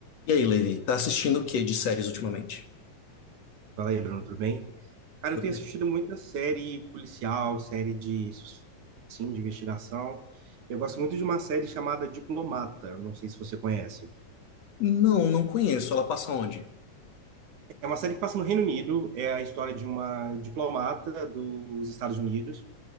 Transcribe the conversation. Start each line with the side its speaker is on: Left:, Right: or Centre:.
Left: E aí, Levi, tá assistindo o que de séries ultimamente?
Right: Fala aí, Bruno, tudo bem? Cara,
Left: Tudo
Right: eu tenho
Left: bem.
Right: assistido muita série policial, série de, sus- sim, de investigação. Eu gosto muito de uma série chamada Diplomata, não sei se você conhece.
Left: Não, não conheço. Ela passa onde?
Right: É uma série que passa no Reino Unido, é a história de uma diplomata dos Estados Unidos